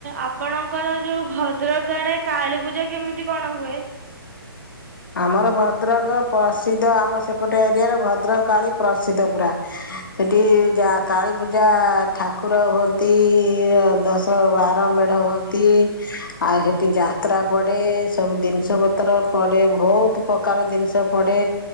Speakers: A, on the right; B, on the left.
A: ଆପଣଙ୍କର ଯୋଉ ଭଦ୍ରକ ଆଡେ କାଳୀ ପୂଜା କେମିତି କଣ ହୁଏ?
B: ଆମର ଭଦ୍ରକ ପ୍ରସିଦ୍ଧ ଆମ ସେପଟେ ଏରିଆରେ ଭଦ୍ରକ କାଳୀ ପ୍ରସିଦ୍ଧ ପୁରା। ସେଠି ଯା କାଳୀପୂଜା ଠାକୁର ହୁଅନ୍ତି ଦ ସ ବାର ମେଢ ହୁଅନ୍ତି, ଆଉ ସେଠି ଯାତ୍ରା ପଡେ ସବୁ ଦିନିଷ ପ ତ୍ର ପଡେ ଭଉତ୍ ପକାର ଦିନିଷ ପଡେ।